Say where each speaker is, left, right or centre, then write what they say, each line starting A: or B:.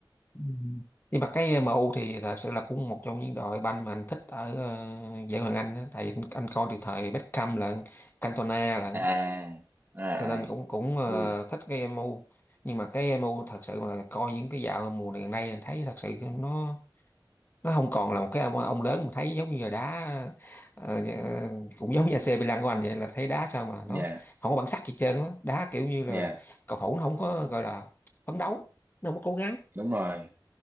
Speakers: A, on the left (about 25°); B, on the right (about 25°).
A: Ừ. Nhưng mà cái MU thì thật sự là cũng một trong những đội banh mà anh thích ở ờ, giải Ngoại hạng Anh á. tại anh, coi từ thời Beckham lận, Cantona lận,
B: à à,
A: cho nên
B: à.
A: cũng cũng ờ,
B: ui
A: thích cái MU. Nhưng mà cái MU thật sự mà coi những cái dạo mùa này gần đây anh thấy thật sự nó nó không còn là một cái ông, ông lớn mà thấy giống như là đá ờ, nhà- cũng giống như AC Milan của anh vậy là thấy đá sao mà nó
B: dạ
A: không có bản sắc gì hết trơn á, đá kiểu như là
B: dạ
A: cầu thủ nó không có gọi là phấn đấu, nó không có cố gắng.
B: đúng rồi